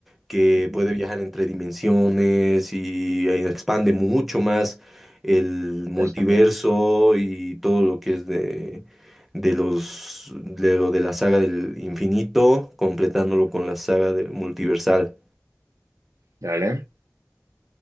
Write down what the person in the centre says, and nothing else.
que
puede viajar entre dimensiones y eh, expande mucho más el multiverso
y todo lo que es de, de los, de lo de la saga del infinito, completándolo con la saga del multiversal.